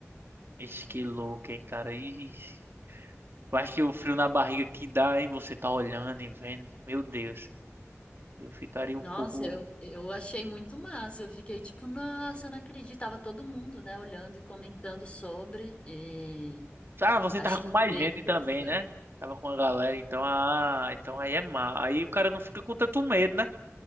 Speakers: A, on the right; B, on the left.
A: Ixi, que louco, hein, cara. Ixi. Eu acho que o frio na barriga que dá, hein? Você tá olhando e vendo. Meu Deus. Eu ficaria
B: Nossa,
A: um pouco.
B: eu, eu achei muito massa. Eu fiquei tipo, nossa, eu não acreditava todo mundo, né, olhando e comentando sobre, e
A: Ah, você
B: achei
A: tava com
B: bem
A: mais gente
B: interessante.
A: também, né? Tava com a galera, então, ah, então aí é má. Aí o cara não fica com tanto medo, né?